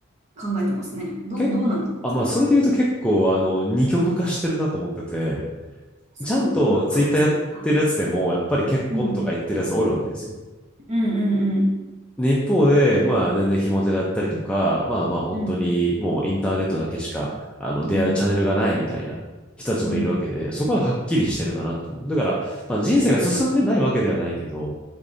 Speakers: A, on the right; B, in the centre.
A: 考えてますね。どう、
B: 結あ、
A: どうなんですか、それは。
B: まあ、それで言うと結構、あの、二極化してるなと思ってて、
A: そうなん、
B: ちゃんとツイッターやってるやつでも、
A: まあ、そりゃそうか。
B: やっぱり結婚とか言ってるやつおるわけですよ。
A: うん。うんうん
B: で一方で、まあ、全然ひも手だったりとか、まあまあ、本当にもうインターネットだけしか、
A: うん。うん。
B: あの、出会うチャンネルがないみたいな人たちもいるわけで、
A: うん、うん、
B: そこははっきりしてるかなと思う。だから、まあ、人生が進んでないわけではないけど、